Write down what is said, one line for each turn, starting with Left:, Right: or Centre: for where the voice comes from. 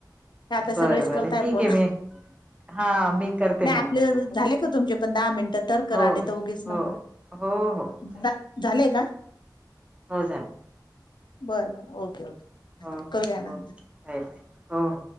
Left: ते आता सगळेच
Right: बरं बरं
Left: करताय
Right: ठीक
Left: फोन
Right: आहे मी हा मी करते
Left: नाही आपले
Right: नंतर तुम्हाला
Left: झाले का तुमचे? पण दहा मिनिटं तर करा
Right: हो
Left: नाहीतर उगीच नको
Right: हो हो हो झाले
Left: झा झालेय का?
Right: हो झाले.
Left: बरं बरं ओके ओके.
Right: हो.
Left: करूयानंतर.
Right: ओके बाय बाय हो हो